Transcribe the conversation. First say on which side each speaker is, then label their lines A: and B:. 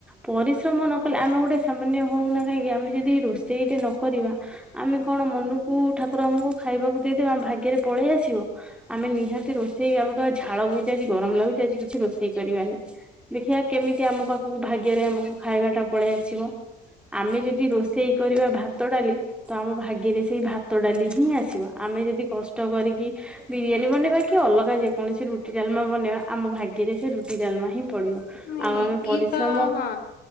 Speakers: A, in the centre; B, on the left.
A: ପରିଶ୍ରମ ନ କଲେ ଆ ମେ ଗୋଟେ ସାମାନ୍ୟ ହଉନା କାହିଁକି ଆମେ ଯଦି ରୋଷେଇଟେ ନ କରିବା ଆମେ କଣ ମନୁକୁ ଠାକୁର ଆମକୁ ଖାଇବାକୁ ଦେଇଦେବା ଆମ ଭାଗ୍ୟରେ ପଳେଇ ଆସିବ, ଆମେ ନିହାତି ରୋଷେଇ ଆମ ଝାଳ ଭୋଇ ଯାଏ ଗରମ ଲାଗୁଛି ଆଜି କିଛି ରୋଷେଇ କରିବାନି ଦେଖିବା କେମିତି ଆମ ପାଖକୁ ଭାଗ୍ୟରେ ଆମକୁ ଖାଇବା ଟା ପଳେଇ ଆସିବ। ଆମେ ଯଦି ରୋଷେଇ କରିବା ଭାତ ଡାଲି, ତ ଆମ ଭାଗ୍ୟରେ ସେଇ ଭାତ ଡାଲି ହିଁ ଆସିବ। ଆମେ ଯଦି କଷ୍ଟ କରିକି ବିରିୟାନୀ ବନେଇବା କି ଅଲଗା ଯେକୌଣସି ରୁଟି ଡାଲ ମା ବନେଇବା ଆମ ଭାଗ୍ୟରେ ସେ ରୁଟି ଡାଲମା ହିଁ ପଡିବ।
B: ଇଁ
A: ଆଉ ଆମେ
B: ଇଏ
A: ପରିଶ୍ରମ
B: ତ ହଁ